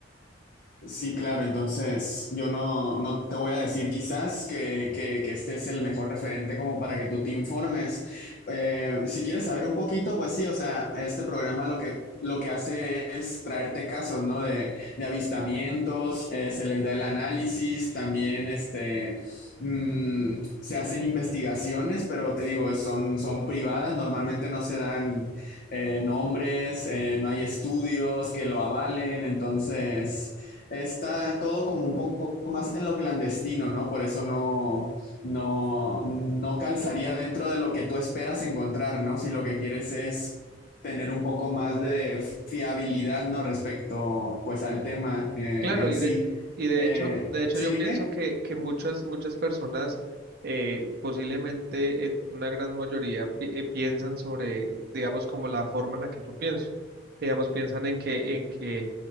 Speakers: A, on the left; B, on the right.
A: Sí, claro, entonces yo no, no te voy a decir quizás que, que- que este es el mejor referente como para que tú te informes. Eh, si quieres saber un poquito, pues sí, o sea, este programa lo que, lo que hace es traerte casos, ¿no? De, de avistamientos, eh, se les da el análisis, también este, mm, se hacen investigaciones, pero te digo, son, son privadas, normalmente no se dan eh, nombres, eh, no hay estudios que lo avalen, entonces está todo como un poco más en lo clandestino, ¿no? Por eso no, no, no calzaría dentro de lo que tú esperas encontrar, ¿no? Si lo que quieres es tener un poco más de fiabilidad, ¿no? Respecto, pues, al tema eh,
B: Claro,
A: en
B: y
A: sí.
B: de, y de
A: Eh,
B: hecho, de hecho
A: sí,
B: yo
A: dime.
B: pienso que, que muchas, muchas personas, eh, posiblemente en una gran mayoría, pi- eh, piensan sobre, digamos, como la forma en la que yo pienso. Digamos, piensan en que, en que